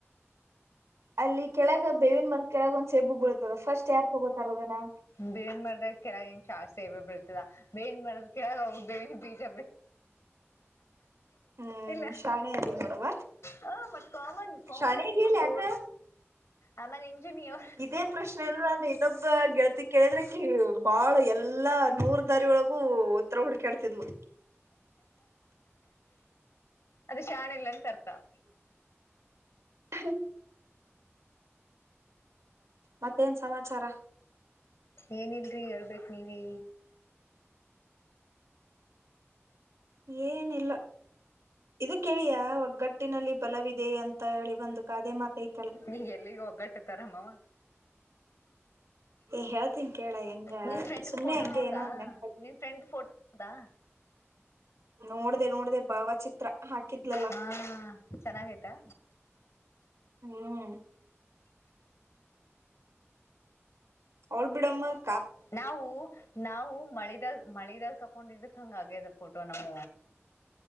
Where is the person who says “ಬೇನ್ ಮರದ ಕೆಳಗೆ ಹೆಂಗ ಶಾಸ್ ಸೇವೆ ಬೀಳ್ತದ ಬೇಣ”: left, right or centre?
Left